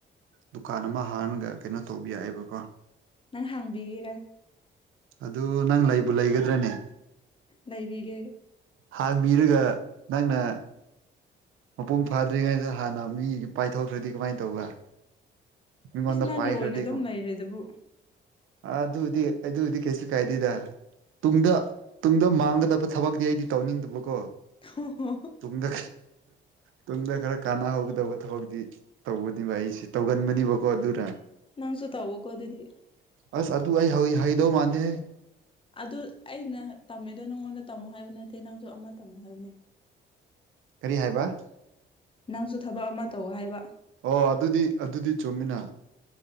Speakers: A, on the right (about 85°); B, on the left (about 25°).
A: ꯗꯨꯀꯥꯟ ꯑꯃ ꯍꯥꯡꯉꯒ ꯀꯩꯅꯣ ꯇꯧꯕ ꯌꯥꯏꯑꯦꯕꯀꯣ
B: ꯅꯪ ꯍꯥꯡꯕꯤꯒꯦꯔꯥ
A: ꯑꯗꯨ ꯅꯪ ꯂꯩꯕꯨ ꯂꯩꯒꯗ꯭ꯔꯅꯦ
B: ꯂꯩꯩꯕꯤꯒꯦ
A: ꯍꯥꯡꯕꯤꯔꯒ ꯅꯪꯅ ꯃꯄꯨꯡ ꯐꯥꯗ꯭ꯔꯤꯉꯩꯗ ꯍꯥꯟꯅ ꯃꯤ ꯄꯥꯏꯊꯣꯛꯈ꯭ꯔꯗꯤ ꯀꯃꯥꯏꯅ ꯇꯧꯕ ꯃꯤ ꯃꯗ
B: ꯏꯁ ꯅꯪꯒꯤ
A: ꯄꯥꯏ
B: ꯑꯣꯏꯅ
A: ꯈꯔꯗ
B: ꯑꯗꯨꯝ ꯂꯩꯔꯦꯗꯨꯕꯨ
A: ꯑꯗꯨꯗꯤ ꯑꯗꯨꯗꯤ ꯀꯩꯁꯨ ꯀꯥꯏꯗꯦꯗ ꯇꯨꯡꯗ ꯇꯨꯡꯗ ꯃꯥꯡꯒꯗꯕ ꯊꯕꯛꯇꯤ ꯑꯩꯗꯤ ꯇꯧꯅꯤꯡꯗꯕꯀꯣ
B: ꯍ ꯍ
A: ꯨꯡꯗ ꯇꯨꯡꯗ ꯈꯔ ꯀꯥꯟꯅꯍꯧꯒꯗꯕ ꯊꯕꯛꯇꯤ ꯇꯧꯕꯅꯤꯕ ꯑꯩꯁꯤ ꯇꯧꯒ ꯃꯅꯤꯕ ꯑꯗꯨꯔꯥ
B: ꯅꯪꯁꯨꯨ ꯇ ꯍꯒꯗꯗꯤ
A: ꯑꯁ ꯑꯗꯨ ꯑꯩ ꯍꯏ ꯍꯩꯗꯧ ꯃꯥꯟꯗꯦꯍꯦ
B: ꯑꯗꯨ ꯑꯩꯅ ꯇꯝꯃꯤꯗꯣ ꯅꯪꯉꯣꯟꯗ ꯇꯝꯃꯣ ꯍꯥꯏꯕ ꯅꯠꯇ ꯑꯦ ꯅꯪꯁꯨ ꯑꯃ ꯇ ꯑꯃꯨꯛ ꯍꯥꯏꯕꯅꯦ
A: ꯀꯔꯤ ꯍꯥꯏꯕ
B: ꯅꯪꯁꯨ ꯊꯕꯛ ꯑꯃ ꯇꯧ ꯍꯥꯏꯕ
A: ꯑꯣ ꯑꯗꯨꯗꯤ ꯑꯗꯨꯗꯤ ꯆꯨꯝꯃꯤꯅ